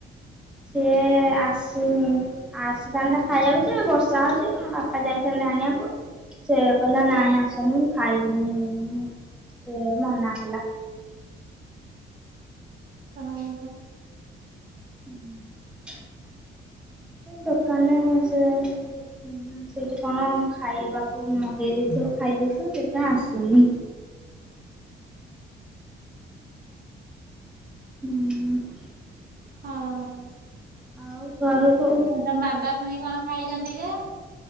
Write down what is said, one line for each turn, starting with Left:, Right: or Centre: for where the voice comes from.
Centre: ସେ ଆସୁନି। ଆସିଥାନ୍ତା ଖାଇବାକୁ ଯେ ବର୍ଷା ହଉଛି ମୋ ବାପା ଯାଇଥାନ୍ତେ ଆଣିବାକୁ। ସେ କହିଲା ନାଇଁ ଆସନି ମୁଁ ଖାଇବିନି ସେ ମନା କଲା।
Right: ଓହୋ
Centre: ହୁଁ। ଦୋକାନ ଲଣି ସେ ହୁଁ ହୁଁ ସେଇଠି କଣ ଖାଇବାକୁ ମଗେଇ ଦେଇେଇଥିବ ଖାଇ ଦେଇେଇଥିବ ସେଥିପାଇଁ ଆସୁନି। ହୁଁ।
Right: ହଁହଁ।
Centre: ଆଉ ଘର କଉଠ
Right: ହଁ ତ ବାବା ପୁଣି କଣ ଖାଇଛନ୍ତି ଯେ?